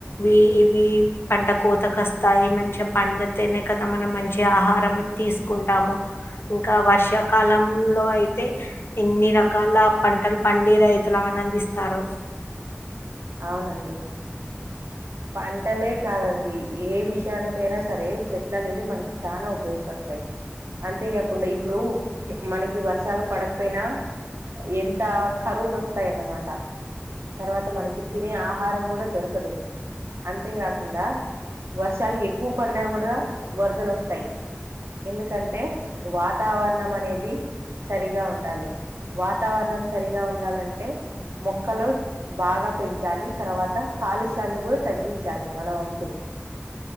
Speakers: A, on the left (about 65°); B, on the right (about 80°).
A: ఇ ఇవి పంట కోతక వస్తాయి మంచిగా పడితేనే కదా మనం మంచి ఆహారం తీసుకుంటాము ఇంకా వర్షాకాలంలో అయితే ఎన్ని రకాల పంటలు పండి రైతులు ఆనందిస్తారు
B: అవునండి పంటలే కాదండి ఏ విషయానిక అైనా సరే చెట్లు అనేది మనకి చనా ఉపయోగపడతాయి అంతేకాకుండా ఇప్పుడు మనకి వర్షాలు పడకపోయినా ఎంత కరువులు వస్తాయిన్నమాట తర్వాత మనకి తినే ఆహారం కూడా దొరకదు అంతేకాకుండా వర్షాలు ఎక్కువ పడినా కూడా వరదలు వస్తాయి ఎందుకంటే వాతావరణం అనేది సరిగా ఉంట డాలీ వాతావరణం సరిగా ఉండాలంటే మొక్కలు బాగా పెంచాలి తర్వాత కాలుష నీ కూడా తగ్గించాలి మన వంతు